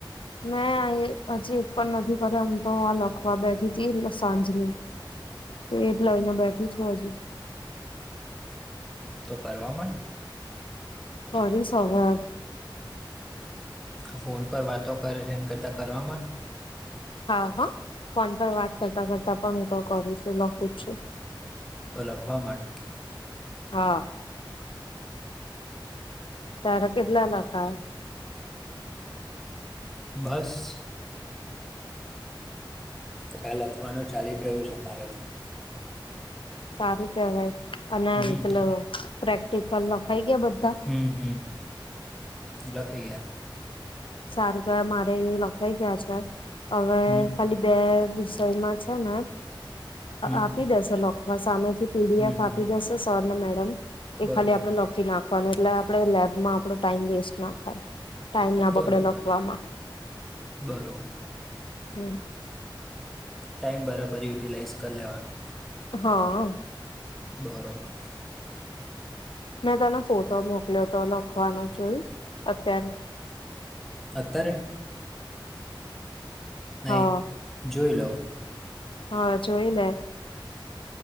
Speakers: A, on the left (about 85°); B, in the centre.
A: મેં હજી એક પણ નથી કર્યો હમ તો લખવા બેઠી ત સાંજની. એ જ લઈને બેઠી છું હજે.
B: તો કરવા મળ.
A: કરીસ સવા.
B: હ ફોન પર વાતો કરે એેડ કરતા કરવામાં
A: હા હા ફોન પર વાત કરતા કરતા પણ હું તો કરું છું લખું છું.
B: તો લખવા માંડ.
A: હા. તારા કેટલા લાખા?
B: બસ. ખ્યા લખવાનું ચાલી જ રહ્યું છે મારે તો.
A: સારું કેવાય અને
B: હમ
A: મતલબ પ્રેક્ટિકલ લખાઈ ગયા બધા?
B: હમ હમ, લખી ગયા.
A: સારું કે મારે લખાઈ ગયા છે, હવે
B: હમ
A: ખાલી બે વિષયમાં છે ને,
B: હમ
A: આપી દેશેકમાં સામે થી. પીડીએફ
B: હમ હમ
A: આપી દેશે સો મેડમ, એ
B: બરોબર
A: ખાલી આપણે નાખવાનું એટલે આપે લેબમાં આપો ટાઈમ વેસ્ટ ના થાય, ટ
B: બરોબર
A: આપણે લખલામાં,
B: બરોબર
A: હમ.
B: ટાઈમ બરાબર યુટિલાઇઝ કરી લેવાનો.
A: હા.
B: બરોબર.
A: મેં તનો ફોટો મોકલ્યો હતો લખવાનો જોયુ અત્યારે.
B: અતારે. નહી
A: હા
B: જોઈ લવ.
A: હા જોઈ લે.